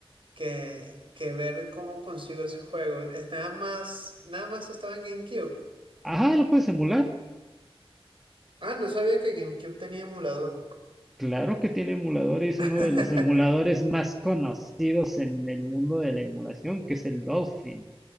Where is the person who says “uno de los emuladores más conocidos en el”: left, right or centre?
Centre